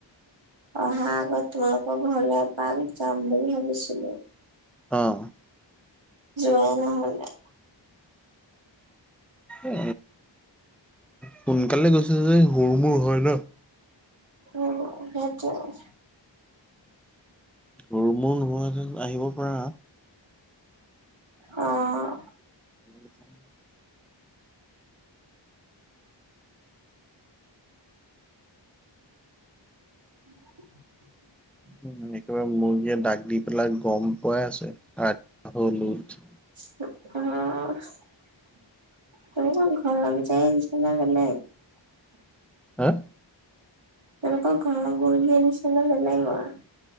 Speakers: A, on the right; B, in the centre.
A: অহা আগত তোমালোকৰ ঘৰলৈ এপাক যাম বুলি ভাবিছিলোঁ।
B: অ',।
A: যোৱাই নহ'লে।
B: এ সোনকালে গৈছে যে সুৰ মুৰ হয় ন।
A: উম সেইটোৱে।
B: <unintelligible> নোহোৱাতেন আহিব পাৰা।
A: অ',।
B: <inaudible>
A: <inaudible>
B: উ, একেবাৰে মূৰ্গীয়ে দাক দি পেলাই গম পোৱাই আছে ৰাতিপুৱা হল উঠ।
A: <unintelligible> <unintelligible>
B: হা।
A: তেওঁলোকৰ ঘৰৰ মূৰ্গী দিছিলে বেলেগৰ।